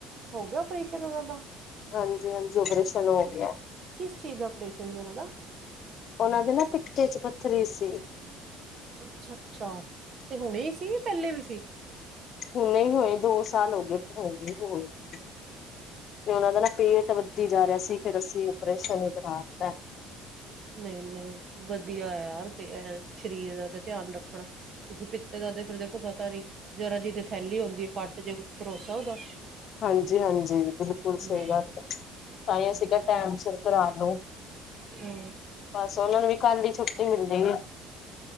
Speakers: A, on the right (about 40°); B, on the left (about 50°).
A: ਹੋ ਗਿਆ ਓਪ੍ਰਰੇਸ਼ਨ ਉਹਨਾਂ ਦਾ?
B: ਹਾਂਜੀ ਹਾਂਜੀ ਓਪਰੇਸ਼ਨ ਹੋ ਗਿਆ
A: ਕਿਸ ਚੀਜ਼ ਦਾ ਓਪਰੇਸ਼ਨ ਸੀ ਉਹਨਾਂ ਦਾ
B: ਓਨਾ ਦੇ ਨਾ ਪਿੱਤੇ ਚ ਪੱਥਰੀ ਸੀ।
A: ਅੱਛਾ-ਅੱਛਾ। ਤੇ ਹੁਣੇ ਸੀ ਪਹਿਲੇ ਵੀ ਸੀ?
B: ਹੋਰ ਦੋ ਸਾਲ ਹੋਏ ਦੋ ਸਾਲ ਹੋ ਗਏ ਹੈਗੇ ਹੋਰ ਤੇ ਉਹਨਾ ਦਾ ਨਾ ਪੇਟ ਵੱਦੀ ਜਾ ਰਿਹਾ ਸੀ ਫੇਰ ਅਸੀਂ ਆਪਓਰੇਸ਼ਨ ਹੀ ਕਰਾ ਦਿੱਤਾ
A: ਨਹੀਂ-ਨਹੀਂ ਵਧੀਆ ਯਾਰ, ਸਰੀਰ ਦਾ ਤੇ ਧਿਆਨ ਰੱਖਣਾ ਕਿਉਂਕਿ ਪਿੱਤੇ ਦਾ ਤੇ ਫਿਰ ਦੇ ਪਤਾ ਨੀ ਜਰਾ ਜੀ ਤੇ ਥੈਲੀ ਹੁੰਦੀ ਫੱਟ ਜੇ ਕੁਛ ਭਰੋਸਾ ਉਹਦਾ।
B: ਹਾਂਜੀ-ਹਾਂਜੀ। ਬਿਲਕੁਲ
A: ਹੂੰ
B: ਸਹੀ ਗੱਲ ਹੈ, ਤਾਂ ਹੀ ਅਸੀ ਕਿਹਾ ਟਾਈਮ ਸਿਰ ਕਰਾ ਲੋ।
A: ਹੂੰ
B: ਬਸ ਉਹਨਾ ਨੂੰ ਵੀ ਕੱਲ ਦੀ ਛੁੱਟੀ ਮਿਲਦੀ ਏ।